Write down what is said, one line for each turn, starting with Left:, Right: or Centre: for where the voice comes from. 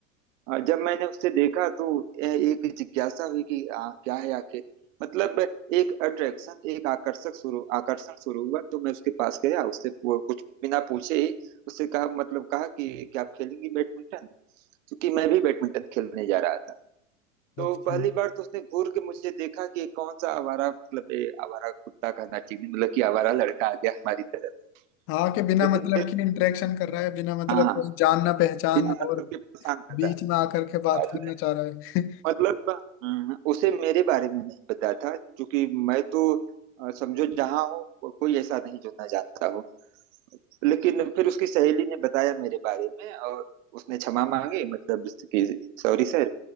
Right: अ, जब मैंने उसे देखा तो यह एक जिज्ञासा हुई कि आ, क्या है आखिर मतलब एक अट्रैक्शन एक आकर्षक शुरू आकर्षण शुरू हुआ तो मैं उसके पास गया उससे पू- कुछ बिना पूछे ही उससे कहा मतलब कहा कि क्या आप खेलेंगी बैडमिंटन क्योंकि मैं भी बैडमिंटन खेलने जा रहा था
Left: अच्छा
Right: तो पहली बार तो उसने घूर के मुझे देखा कि कौन सा आवारा मतलब ये आवारा कुत्ता का नाचिनी मतलब कि आवारा लड़का आ गया हमारी तरफ
Left: हाँ कि बिना
Right: लेकिन
Left: मतलब
Right: फिर
Left: की इंटरेक्शन कर रहा है बिना मतलब
Right: हाँ
Left: कोई जान ना पहचान
Right: बिना मतलब
Left: और
Right: के पसंद करता
Left: बीच में आकर के
Right: है।
Left: बात करना चाह रहा है
Right: मतलब हम्म, उसे मेरे बारे में नहीं पता था क्योंकि मैं तो अ, समझो जहाँ हूँ को- कोई ऐसा नहीं जो ना जानता हो लेकिन फिर उसकी सहेली ने बताया मेरे बारे में और उसने क्षमा मांगी मतलब कि सॉरी सर